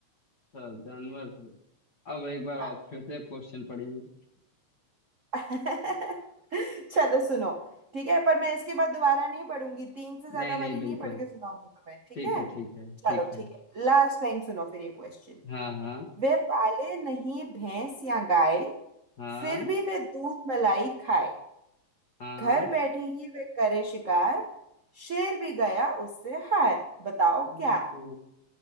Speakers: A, on the left; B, on the right.
A: अच्छा जानवर से अब एक बार आप
B: हाँ
A: फिर से क्वेश्चन पढ़िए
B: <laughs> चलो सुनो ठीक है पर मैं इसके बाद दोबारा नहीं पढ़ूंगी तीन से ज्यादा
A: नहीं नहीं
B: बारी
A: बिल्कुल
B: नहीं पढ़ के सुनाऊंगी तुम्हें ठीक
A: ठीक
B: है
A: है ठीक है
B: चलो
A: ठीक है
B: ठीक है लास्ट टाइम सुनो फिर ये क्वेश्चन
A: हाँ हाँ
B: वे पाले नहीं भैंस या गाय
A: हाँ
B: फिर भी वे दूध मलाई खाए
A: हाँ
B: घर बैठे ही वे करे शिकार शेर भी गया उससे हार बताओ
A: ओहो
B: क्या